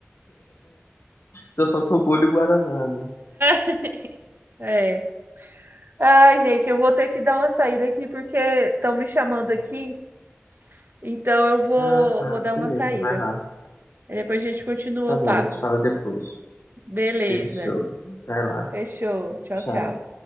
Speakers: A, on the left; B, on the right.
A: Só faltou o bolho e o Guaraná, né?
B: <laughs> É. Ai, gente, eu vou ter que dar uma saída aqui porque estão me chamando aqui. Então eu vou,
A: Ah, tá.
B: vou dar uma
A: Beleza,
B: saída.
A: vai lá.
B: Aí depois a gente continua
A: Tá
B: o
A: bom,
B: papo.
A: a gente fala depois.
B: Beleza.
A: Fechou. Vai lá.
B: Fechou. Tchau,
A: Tchau.
B: tchau.